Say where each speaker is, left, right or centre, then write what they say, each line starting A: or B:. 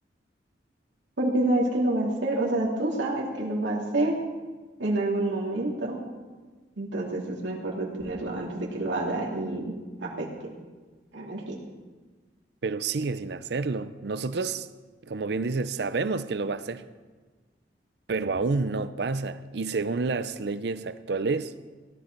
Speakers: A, on the right; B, on the right.
A: Porque sabes que lo va a hacer, o sea, tú sabes que lo va a hacer en algún momento, entonces es mejor detenerlo antes de que lo haga y afecte a alguien.
B: pero sigue sin hacerlo. Nosotros, como bien dices, sabemos que lo va a hacer, pero aún no pasa. Y según las leyes actuales